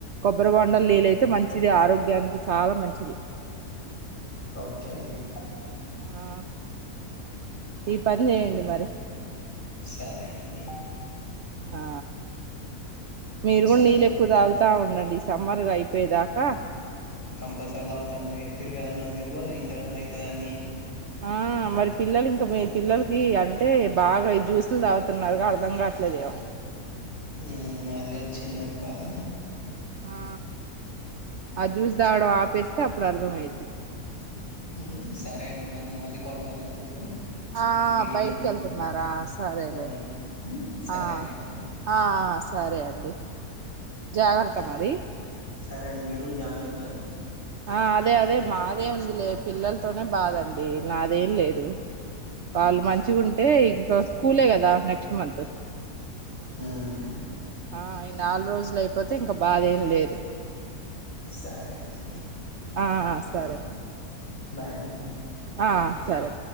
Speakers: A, on the right (about 55°); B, on the left (about 30°).
A: కొబ్బరి బండల్ లిళ్లు అయితే మంచి మంచిది ఆరోగ్యానికి చాలా మంచిది
B: ఓకే అండి
A: ఆ ఈ పని చేయండి మరి
B: సరే అండి
A: ఆ మీరు కూడా
B: సరే
A: నీళ్ళు ఎక్కువ తాగుతా ఉండండి ఈ సమ్మర్గా అయిపోయేదాకా
B: కంపల్సరీ తాగుతా అండి మీరు <unintelligible> గదా తెలువదా ఇంతగనం అయితదని
A: ఆ మరి పిల్లలు ఇంకా మీ పిల్లలకి అంటే బాగా ఈ జ్యూసులు తాగుతున్నారు గా అర్ధం కావట్లేదేమో
B: హ్మ్ అదే వచ్చిందండి బాధ
A: ఆ ఆ జ్యూస్ తాగడం ఆపేస్తే అప్పుడు అర్ధం అయిద్ది
B: హ్మ్ సరే అండి మళ్ళీ మళ్ళీ కాల్ చేయాల అండి మీకు
A: ఆ
B: కొంచెం మీటింగ్
A: బయట్
B: ఉన్నా
A: కెళ్తున్నారా సరేలే
B: అవునండి సరే
A: ఆ
B: అండి మళ్ళీ
A: ఆ ఆ సరే అండి జాగ్రత్త మరి
B: సరే అండి మీరు జాగ్రత్త
A: ఆ అదే అదే మాదే ఉంది లే పిల్లలతోనే బాదండి నాదేం లేదు వాళ్ళు మంచిగా ఉంటే ఇంకా స్కూలే కదా నెక్స్ట్ మంత్
B: హ్మ్
A: ఆ ఈ నాలుగు రోజులు అయిపోతే ఇంకా బాదెం లేదు
B: సరే అండి
A: ఆ ఆ సరే
B: బాయ్ అండి
A: ఆ సరే